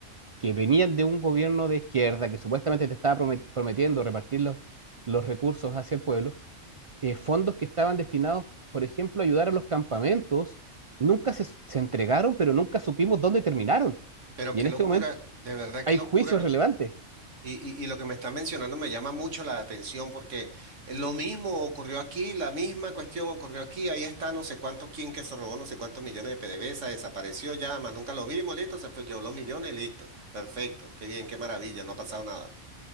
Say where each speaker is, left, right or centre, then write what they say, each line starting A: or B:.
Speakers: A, on the right (about 50°); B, on the right (about 80°).
A: que venían de un gobierno de izquierda que supuestamente te estaba promet- prometiendo repartir los, los recursos hacia el pueblo, eh, fondos que estaban destinados, por ejemplo, a ayudar a los campamentos, nunca se, se entregaron, pero nunca supimos dónde terminaron.
B: Pero
A: Y
B: qué
A: en
B: locura,
A: este momento
B: de verdad qué
A: hay
B: locura.
A: juicios relevantes.
B: Y, y, y lo que me estás mencionando me llama mucho la atención porque lo mismo ocurrió aquí, la misma cuestión ocurrió aquí. Ahí está no sé cuánto quien que se robó no sé cuántos millones de PDVSA, desapareció ya, más nunca lo vimos, listo, se fue yo los millones, listo. Perfecto, qué bien, qué maravilla, no ha pasado nada.